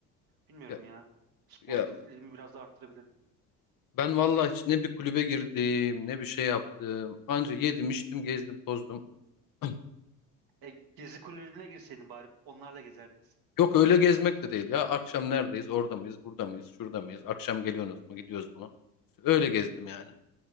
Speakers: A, on the right (about 50°); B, on the left (about 50°).
A: Bilmiyorum
B: Ya,
A: ya. Sportifliğimi
B: ya
A: biraz da arttırabilirdim.
B: ben vallahi hiç ne bir kulübe girdim, ne bir şey yaptım. Anca yedim, içtim, gezdim, tozdum. <clears throat> Ay.
A: E, gezi kulübüne girseydin bari onlarla gezerdiniz.
B: Yok öyle gezmek de değil ya. Akşam neredeyiz? Orada mıyız? Burada mıyız? Şurada mıyız? Akşam geliyorsunuz mu? Gidiyoruz mu? Öyle gezdim yani.